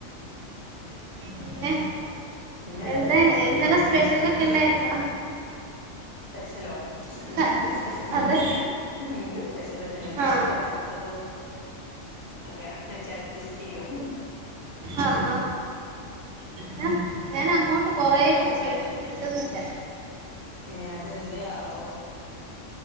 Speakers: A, on the right (about 80°); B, on the left (about 40°).
A: പിന്നെ
B: പിന്നെ വേറെന്തൊക്കെയാ
A: എന്താ ഇന്നലെ സ്പെഷ്യലൊക്കെ
B: ഉം
A: ഉണ്ടായിരുന്നോ
B: സ്പെഷ്യലോ ഇന്നന്ത്
A: ഹ,
B: സ്പെഷ്യൽ
A: അതെ
B: ഹെ ഇന്ന് സ്പെഷ്യലൊന്നും ഇല്ല ഇന്ന്
A: ആ
B: അയില വറ ത്തതവും ഒക്കെ വെച്ച് അഡ്ജസ്റ്റയ്യും
A: അ ആ ഞൻ ഞാനങ്ങോട്ടും കൊറേ വിളിച്ചു ഷ് കിട്ടുന്നില്ല
B: ഏ അതെന്തയാവോ